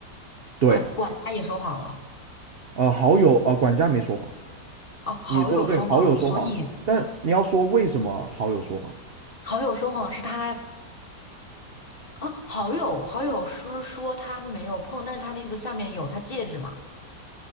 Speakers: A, on the right; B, on the left.
A: 对，
B: 啊，管家也说谎了，
A: 呃，好友呃管家没说谎，
B: 哦、好友说谎了，
A: 你说的对，好友说谎，
B: 所以。
A: 但你要说为什么好友说谎，
B: 好友说谎是他啊，好友好友是说他没有碰，但是他那个下面有他戒指嘛。